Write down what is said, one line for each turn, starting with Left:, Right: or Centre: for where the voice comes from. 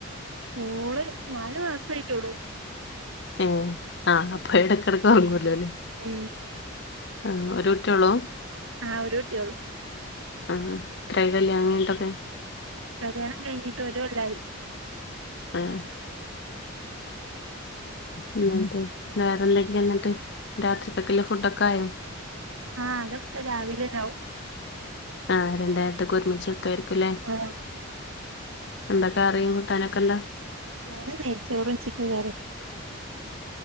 Right: മോളു നാലു മാസയിട്ടുള്ളു
Left: ഉം ആഹ് അപ്പൊ ഇടയ്ക്കിടക്ക് ഉറങ്ങൂലോ അല്ലെ
Right: ഉം
Left: ആഹ് ഒരു കുട്ടിയെ ഉള്ളൂ?
Right: ആഹ് ഒരു കുട്ടൂയേഉള്ളു
Left: ആഹ് കഴിഞ്ഞലോ ഇനിയെന്തൊക്കെ
Right: കല്യാണം കഴിഞ്ഞിട്ട് ഒരുകൊല്ലായി
Left: ആഹ് എന്നിട്ട് വേറെ എന്തൊക്കെയ എന്നിട്ട് രാത്രിത്തെക്കുള്ള ഫുഡ് ഒക്കെ ആയോ
Right: ആഹ് അതൊക്കെ രാവിലയിണ്ടാക്കും
Left: ആഹ് രണ്ട്നേരത്തേക്ക് ഒരുമിച്ചെടുക്കായിരിക്കുംല്ലേ
Right: ആഹ്
Left: എന്താ കറി കൂട്ടാനൊക്കെ എന്താ
Right: ഇന്ന് നെയ്ച്ചോറും ചിക്കൻ കറിയും